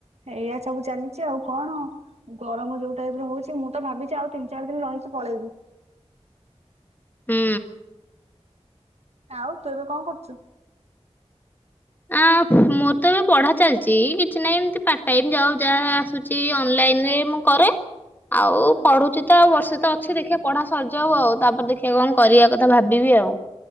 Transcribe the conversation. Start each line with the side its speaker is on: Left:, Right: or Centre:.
Right: ଏଇଆ ସବୁ ଚାଲିଛି ଆଉ କଣ? ଗରମ ଯୋଉ ଟାଇପ ର ହଉଛି ମୁଁ ତ ଭାବିଛି ଆଉ ତିନି ଚାରି ଦିନ ରହିକି ପଳେଇବି।
Left: ହୁଁ।
Right: ଆଉ ତୁ ଏବେ କଣ କରୁଛୁ?
Left: ଆ ମୋର ତ ଏବେ ପଢା ଚାଲିଛି, କିଛି ନାହିଁ ଏମତି ପାର୍ଟ ଟାଇମ ଯା ଯାହା ଆସୁଛି ଅନଲାଇନ ମୁଁ କରେ ଆଉ
Right: ହୁଁ
Left: ପଢୁଛି ତ ଆଉ ବର୍ଷେ ତ ଅଛି ଦେଖିବା ପଢା ସରିଯାଉ, ଆଉ ତାପରେ ଦେଖିବା କଣ କରିବା କଥା ଭାବିବି ଆଉ?